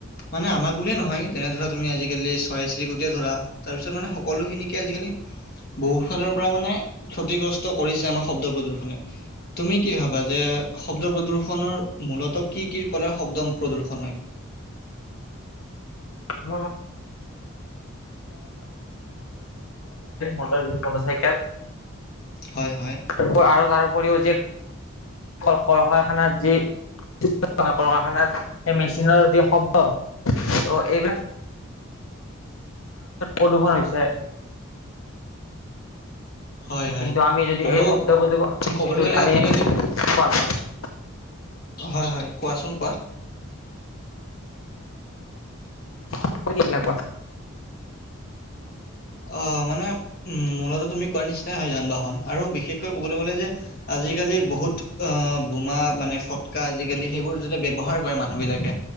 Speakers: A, on the left; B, on the left.
A: মানে আমাক বুলিয়ে নহয়, যেনে ধৰা তুমি আজিকালি চৰাই চিৰিকটিয়ে ধৰা তাৰপিছত মানে সকলোখিনিকে আজিকালি বহুফালৰ পৰা মানে ক্ষতিগ্ৰস্ত কৰিছে আমাক শব্দ প্ৰদূষণে। তুমি কি ভাবা যে শব্দ প্ৰদূ্ষনৰ মূলত কি, কিৰ পৰা শব্দ প্ৰদূ্ষণ হয়?
B: <unintelligible> Motor cycle!
A: হয়, হয়।
B: আৰু তাৰ উপৰিও যে কল কাৰখানাত যি <unintelligible> সেই মেচিনৰ যি শব্দ ত' এইবিলাক প্ৰদূষণ হৈছে।
A: হয় হয়
B: কিন্তু আমি যদি
A: আৰু
B: এই শব্দ প্ৰদূষ
A: ক'বলৈ
B: কিন্তু
A: গ'লে
B: আমি
A: আজিকালি
B: খোৱা যা <unintelligible>
A: হয়, হয়। কোৱাচোন কোৱা?
B: ক'ত গৈছিলা কোৱা?
A: আহ মানে উম মূলত তুমি কোৱাৰ নিচিনাই হয়। যান বাহন আৰু বিশেষকৈ ক'বলৈ গ'লে যে আজিকালি বহুত আহ বোমা মানে ফটকা আজিকালি সেইবোৰ যতে ব্যৱ্হাৰ কৰে মানুহবিলাকে